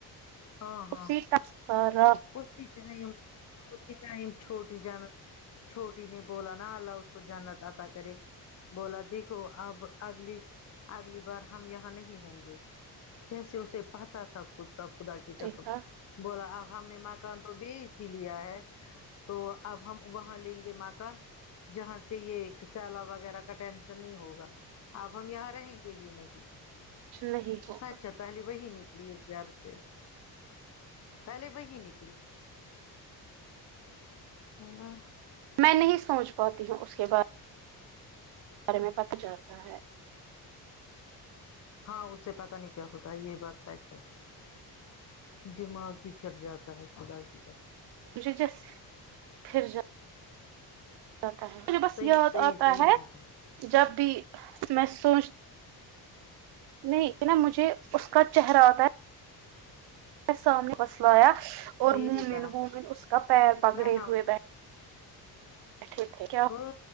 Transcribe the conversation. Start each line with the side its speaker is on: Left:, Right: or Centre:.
Left: ہاں ہاں
Right: اسی ٹائم
Left: اسی ٹائم اسی ٹائم چھوٹی جانا چھوٹی نے بولا نا الله آپکو جنت عطا کر یں بولا دیکھو اب اگلی اگلی بار ہم یہاں نہیں ہوں گے جیسے اسے پتا تھا خود کا خدا کی قسم
Right: دیکھا
Left: بولا ا ہاں ہم نے مکان تو بیچ ہی لیا ہے تو اب ہم وہاں لیں گے مکان جہاں سے یہ سیلاب وغیرہ کا ٹینشن نہیں ہوگا آپ ہم یہاں رہیں گے ہی نہیں
Right: نہیں ہو
Left: اچھا پہلے وہی نکلی اس گھر سے پہلے وہی نکلی ہے نا
Right: میں نہیں سوچ پاتی ہوں اس کے بعد گھر میں پک جاتا ہے
Left: ہاں اس سے پتا نہیں کیا ہوتا ہے یہ بات سچ دماغ ہی چٹ جاتا ہے خدا کی قسم
Right: مجھے جس پھر جو تا ہے مجھے بس
Left: صحیح
Right: یاد
Left: صحیح
Right: آتا
Left: صحیح
Right: ہے
Left: بات
Right: جب بھی میں سوچ نہیں نا مجھے اس کا چہرہ اتا ہے سامنے بسلایا اور
Left: میری
Right: منہ من
Left: طرح
Right: منہ اس کا پیر پگڑے
Left: نہ نہ
Right: ہوئے بیٹھے ٹھیک ہے
Left: اوہو